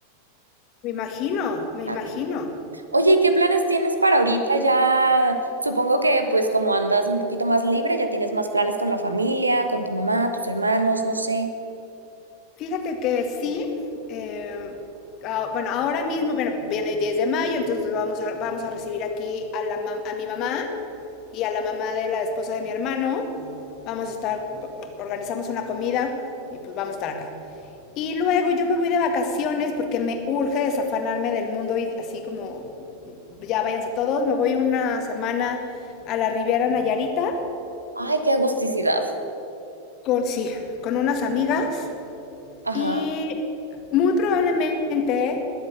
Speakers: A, on the left (about 40°); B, on the right (about 80°).
A: Me imagino, me
B: Tantito.
A: imagino.
B: Oye, ¿y qué planes tienes para ahorita? Ya supongo que pues como andas un poquito más libre, ya tienes más planes con la familia, con tu mamá, tus hermanos, no sé.
A: Fíjate que sí. eh, ah, bueno, ahora mismo, bueno, viene el 10 de mayo, entonces vamos a, vamos a recibir aquí a, la, mam- a mi mamá y a la mamá de la esposa de mi hermano. Vamos a estar, organizamos una comida y pues vamos a estar acá. Y luego yo me voy de vacaciones porque me urge desafanarme del mundo y así como ya váyanse todos. Me voy una semana a la Riviera Nayarita
B: Ay, qué agusticidad.
A: con, sí, con unas amigas
B: Ajá.
A: y muy probablemente